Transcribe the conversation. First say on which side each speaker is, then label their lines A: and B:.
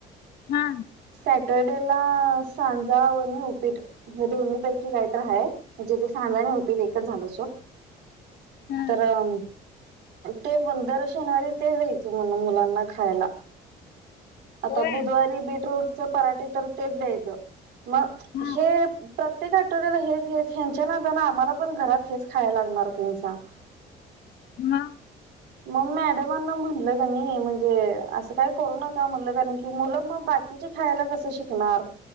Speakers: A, on the left; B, on the right.
A: हा.
B: सॅटर्डे ला सांजा आणि उपीट. हे दोन्ही पैकी काहीत आहे म्हणजे ते सांगना उपीट एकच झाल सोड
A: हा
B: तरंग ते पण दर शनिवारी ते दयचे म्हणं मुलांना खायला आता
A: होय
B: बुधवारी बीटरूचं पराठे तर तेच दयांचे मग
A: हा
B: हे प्रत्येक आठवड्याला हेच हेच हच्या नादाना आम्हाला पण घरात हेच खायला लागणार कि सांग नाही
A: मगं.
B: मग मॅडमांना म्हणलं गणी म्हणजे असं काय करू नका म्हणलं कारण कि मुलं मग बाकी खायला कसं शिकणार.